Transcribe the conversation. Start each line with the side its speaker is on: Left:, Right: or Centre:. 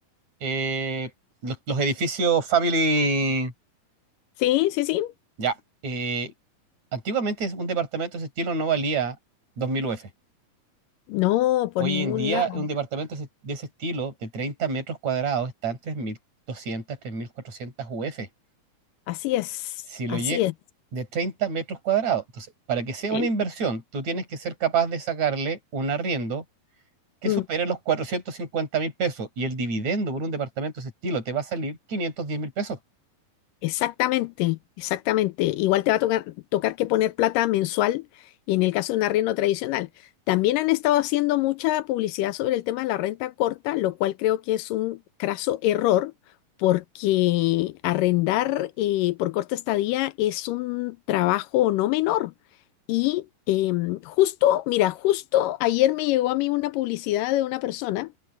Right: eh, los, los edificios family...
Left: Sí, sí, sí.
Right: Ya, eh, antiguamente un departamento de ese estilo no valía 2.000 UF.
Left: No, por
Right: Hoy
Left: ningún
Right: en día,
Left: lado.
Right: un departamento de ese de ese estilo, de 30 metros cuadrados, está en 3.200, 3.400 UF.
Left: Así es,
Right: Si lo
Left: así
Right: lle
Left: es.
Right: de 30 metros cuadrados. Entonces, para que sea
Left: ¿eh?
Right: una inversión, tú tienes que ser capaz de sacarle un arriendo que
Left: Mm.
Right: supere los cuatrocientos cincuenta mil pesos y el dividendo por un departamento de ese estilo te va a salir quinientos diez mil pesos.
Left: Exactamente, exactamente. Igual te va a tocar, tocar que poner plata mensual y en el caso de un arriendo tradicional. También han estado haciendo mucha publicidad sobre el tema de la renta corta, lo cual creo que es un craso error porque arrendar eh, por corta estadía es un trabajo no menor. Y em, justo, mira, justo ayer me llegó a mí una publicidad de una persona